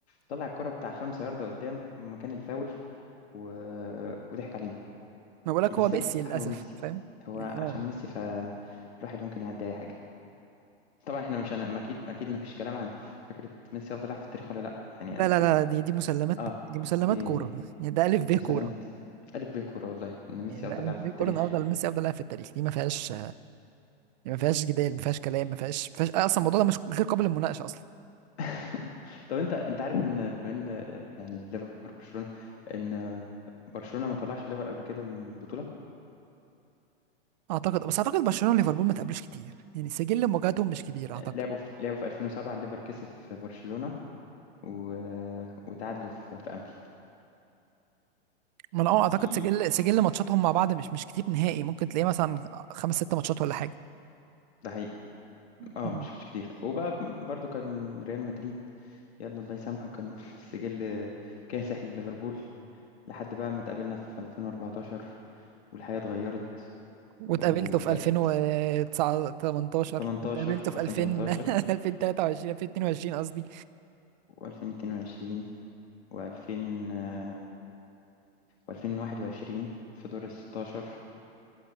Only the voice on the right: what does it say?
ما بقولك
هو ميسي
للاسف
انت فاهم
يعني
اه
لا لا لا دي دي مسلمات
دي مسلمات
كورة
يعني ده الف ب
كورة
يعني ده
ليه
كورن افضل ميسي افضل لاعب في التاريخ دي ما فيهاش دي ما فيهاش جدال ما فيهاش كلام ما فيهاش ما فيهاش اصلا الموضوع ده مش غير قابل للمناقشه اصلا
اعتقد بس اعتقد برشلونه وليفربول ما تقابلوش كتير يعني سجل مواجهاتهم مش كبير اعتقد
ما انا اه اعتقد
سجل سجل ماتشاتهم مع بعض مش مش كتير نهائي ممكن تلاقيه مثلا خمس ست ماتشات ولا حاجه
مم.
واتقابلتوا
في 2009 18
واتقابلتوا في
2000 2023 2022 <laughs> قصدي